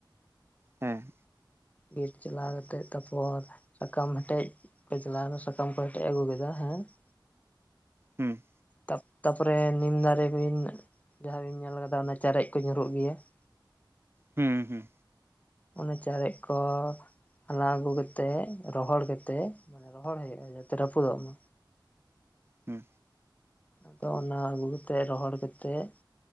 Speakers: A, on the right; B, on the left.
A: ᱦᱮᱸ᱾
B: ᱵᱤᱨ ᱪᱟᱞᱟᱣ ᱠᱟᱛᱮᱜ ᱛᱟᱯᱚᱨ ᱥᱟᱠᱟᱢ ᱦᱮᱴᱮᱡ ᱠᱚ ᱪᱟᱞᱟᱣᱱᱟ ᱥᱟᱠᱟᱢ ᱠᱚ ᱦᱮᱴᱮᱡ ᱟᱹᱜᱩ ᱠᱮᱫᱟ ᱦᱮᱸ ᱾
A: ᱦᱩᱸ᱾
B: ᱛᱟ ᱛᱟᱯᱚᱨᱮ ᱱᱤᱢ ᱫᱟᱨᱮ ᱵᱤᱱ ᱡᱟᱦᱟᱸ ᱵᱤᱱ ᱧᱮᱞ ᱠᱟᱫᱟ ᱚᱱᱟ ᱪᱟᱨᱮᱡ ᱠᱚ ᱧᱩᱨᱩᱜ ᱜᱮᱭᱟ ᱾
A: ᱦᱩᱸ ᱦᱩᱸ᱾
B: ᱚᱱᱮ ᱪᱟᱨᱮᱡ ᱠᱚ ᱦᱟᱞᱟᱝ ᱟᱹᱜᱩ ᱠᱟᱛᱮᱜ ᱨᱚᱦᱚᱲ ᱠᱟᱛᱮᱜ ᱢᱟᱱᱮ ᱨᱚᱦᱚᱲ ᱦᱩᱭᱩᱜ-ᱟ ᱡᱟᱛᱮ ᱨᱟᱹᱯᱩᱫᱚᱜ ᱢᱟ᱾
A: ᱦᱩᱸ
B: ᱟᱫᱚ ᱚᱱᱟ ᱟᱹᱜᱩ ᱠᱟᱛᱮᱫ ᱨᱚᱦᱚᱲ ᱠᱟᱛᱮᱫ